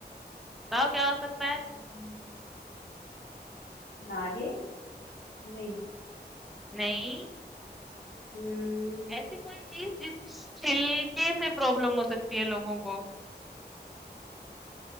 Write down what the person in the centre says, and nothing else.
बताओ क्या हो सकता है
नहीं
ऐसी कोई चीज जिस छिलके से प्रॉब्लम हो सकती है लोगों को